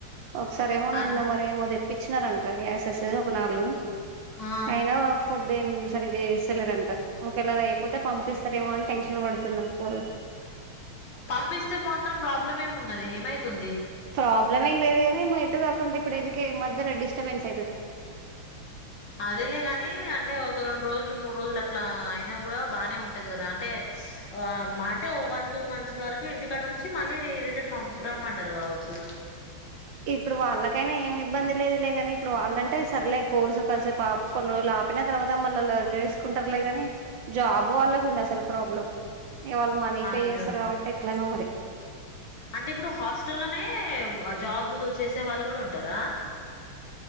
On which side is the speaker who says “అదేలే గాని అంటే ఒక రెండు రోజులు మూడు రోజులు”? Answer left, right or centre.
Left